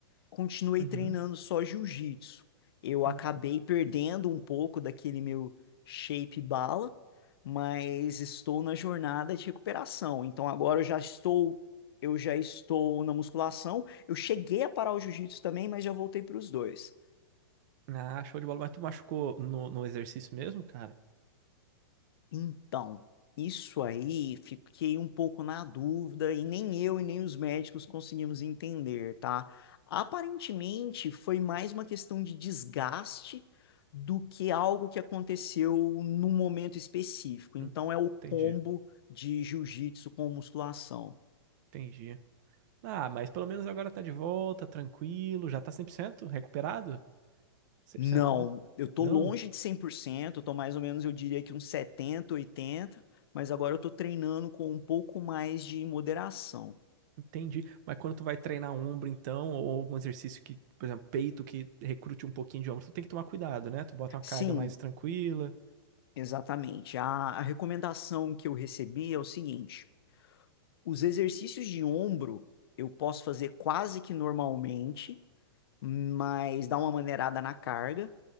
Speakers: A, on the left (about 65°); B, on the right (about 45°).
A: continuei
B: Uhum,
A: treinando só jiu-jitsu. Eu
B: uhum.
A: acabei perdendo um pouco daquele meu shape bala, mas estou na jornada de recuperação. Então agora eu já estou, eu já estou na musculação. Eu cheguei a parar o jiu-jitsu também, mas já voltei para os dois.
B: Ah, show de bola. Mas tu machucou no, no exercício mesmo, cara?
A: Então, isso aí fiquei um pouco na dúvida e nem eu e nem os médicos conseguimos entender, tá? Aparentemente foi mais uma questão de desgaste do que algo que aconteceu num momento específico.
B: Hum,
A: Então é o combo
B: entendi,
A: de jiu-jitsu com musculação.
B: entendi. Ah, mas pelo menos agora tá de volta, tranquilo, já tá 100% recuperado? cem
A: Não,
B: por cento, né?
A: eu tô
B: Não,
A: longe de 100%, eu tô mais ou menos, eu diria que uns 70, 80, mas agora eu tô treinando com um pouco mais de moderação.
B: entendi. Mas quando tu vai treinar um ombro, então, ou algum exercício que, por exemplo, peito que recrute um pouquinho de ombro, tu tem que tomar cuidado, né? Tu bota uma carga
A: Sim,
B: mais tranquila.
A: Exatamente. A, a recomendação que eu recebi é o seguinte: os exercícios de ombro eu posso fazer quase que normalmente, mas dá uma maneirada na carga.